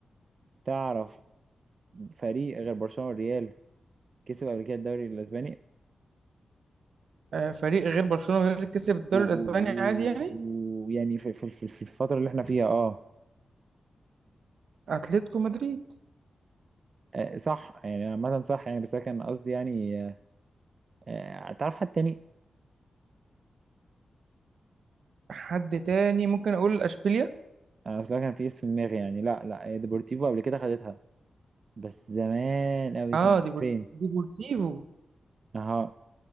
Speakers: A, on the right; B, on the right.
A: تعرف فريق غير برشلونة والريال كسب قبل كده الدوري الأسباني
B: آه، فريق غير برشلونة غير اللي كسب الدوري
A: و- و-
B: الاسباني عادي يعني
A: و- ويعني في, في, في, في الفترة اللي احنا فيها اه
B: اتلتيكو مدريد
A: آه، صح يعني عامة صح يعني بس أنا كان قصدي يعني آه، آه، تعرف حد تاني
B: حد تاني ممكن اقول اشبيليا
A: انا اصلا كان في اسم في دماغي يعني لا لا هي ديبورتيفو قبل كده خدتها بس زمان قوي
B: اه
A: سنة
B: ديبور-
A: 2000
B: ديبورتيفو
A: اها